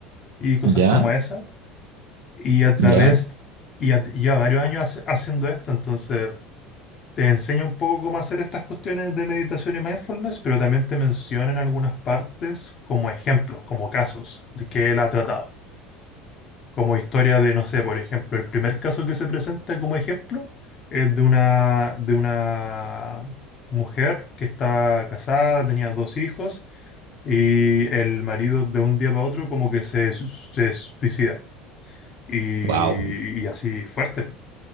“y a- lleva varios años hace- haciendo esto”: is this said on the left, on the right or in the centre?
Left